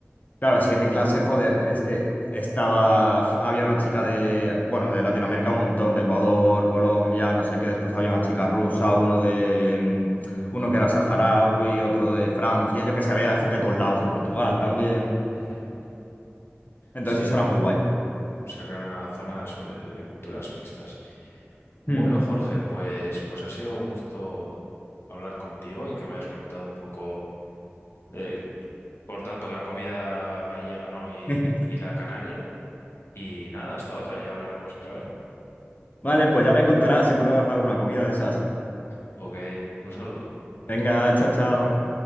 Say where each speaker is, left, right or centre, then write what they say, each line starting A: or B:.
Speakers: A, on the left; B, on the left.
A: Claro, sí, en mi clase, joder, es que estaba, había una chica de, bueno, de Latinoamérica un montón, de Ecuador, Colombia, no sé qué, después había una chica rusa, uno de, mm, uno que era saharaui, otro de Francia, yo que sé, había gente de todos lados, de Portugal también.
B: Ujú.
A: Entonces
B: Sí, sí.
A: eso era muy guay.
B: Sacaron una zona eso de, de culturas mixtas. Bueno,
A: Hmm.
B: Jorge, pues, pues ha sido un gusto hablar contigo y que me hayas comentado un poco de, por tanto, la comida gallega, ¿no? Y,
A: <laughs>
B: y la canaria. Y nada, hasta otra, ya hablaremos otra vez.
A: Vale, pues ya me contarás si pruebas alguna comida de esas.
B: Ok, un saludo.
A: Venga, chao, chao.
B: Chao.